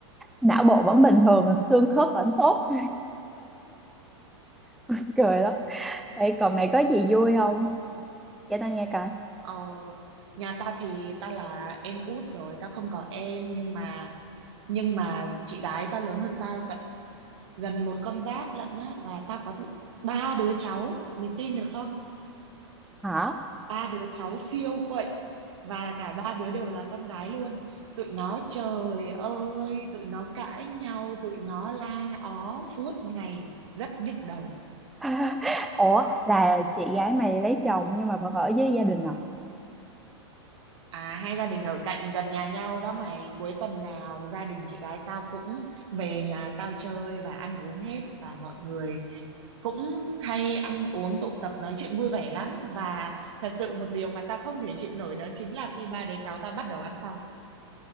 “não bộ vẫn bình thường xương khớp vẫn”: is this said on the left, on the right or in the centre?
Centre